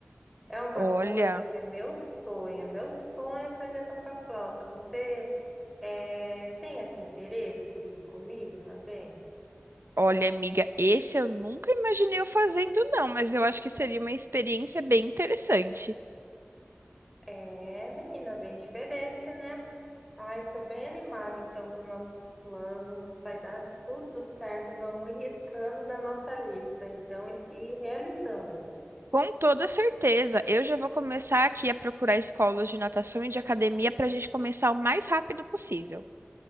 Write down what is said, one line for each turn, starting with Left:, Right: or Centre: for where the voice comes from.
Centre: É uma
Right: Olha,
Centre: coisa que é meu sonho. é Meu sonho é aprender a tocar flauta. Você eh, tem esse interesse de ir comigo também?
Right: olha, amiga, esse eu nunca imaginei eu fazendo, não, mas eu acho que seria uma experiência bem interessante.
Centre: É, menina, bem diferente, né? Ai, estou bem animada então com nossos planos. Vai dar tudo certo. Vamos ir riscando na nossa lista, então, e, e realizando.
Right: Com toda certeza, eu já vou começar aqui a procurar escolas de natação e de academia pra gente começar o mais rápido possível.